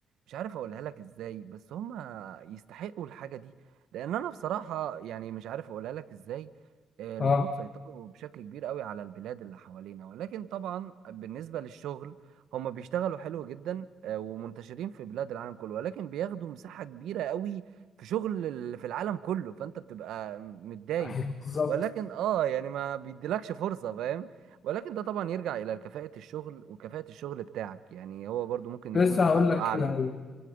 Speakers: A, on the right; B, on the left.
A: مش عارف أقولها لك إزاي بس هم يستحقوا الحاجة دي لأن أنا بصراحة يعني مش عارف أقولها لك إزاي آه،
B: اه
A: الهنود سيطروا بشكل كبير قوي على البلاد اللي حوالينا ولكن طبعا بالنسبة للشغل هم بيشتغلوا حلو جدا آه، ومنتشرين في بلاد العالم كله ولكن بياخدوا مساحة كبيرة قوي في شغل ال- في العالم كله فانت بتبقى متضايق
B: أيوة، بالظبط
A: ولكن اه يعني ما بيديلكش فرصة فاهم ولكن ده طبعا يرجع الى كفاءة الشغل وكفاءة الشغل بتاعك يعني هو برضو ممكن
B: لسه
A: يكون كفاءته
B: هقول لك
A: اعلى
B: كده ايوه